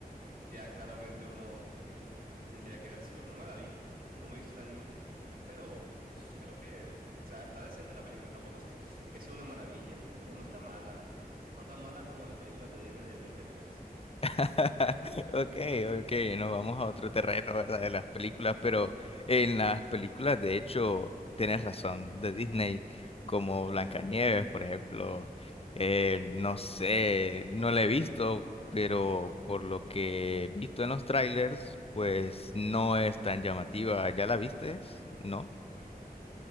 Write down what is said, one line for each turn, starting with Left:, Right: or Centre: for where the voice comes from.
Right: ya claramente uno tendría que vérselo. No me la vi, no me he visto el anime, pero pues, creo que, o sea, está decente la película, tampoco es que sea una maravilla, pero no está mala, no tan mala como las películas de Disney de Blancanieves.
Left: <laughs> Ok, ok, nos vamos a otro terreno, ¿verdad? De las películas, pero en las películas, de hecho, tienes razón, de Disney, como Blancanieves, por ejemplo, eh, no sé, no la he visto, pero por lo que he visto en los trailers, pues no es tan llamativa. ¿Ya la viste? ¿No?